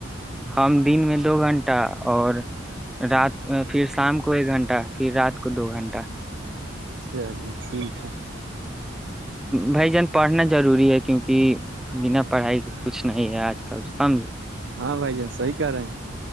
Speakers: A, in the centre; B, on the right.
A: ہم دن میں دو گھنٹہ اور رات پھر شام کو ایک گھنٹہ پھر رات کو دو گھنٹہ
B: چلیے ٹھیک ہے <unintelligible>
A: بائی جان پڑھنا ضروری ہے کیونکہ بنا پڑھائی کے کچھ نہیں ہے آج کل سمجھ
B: ہاں بھائی جان صحی کہہ رہے ہیں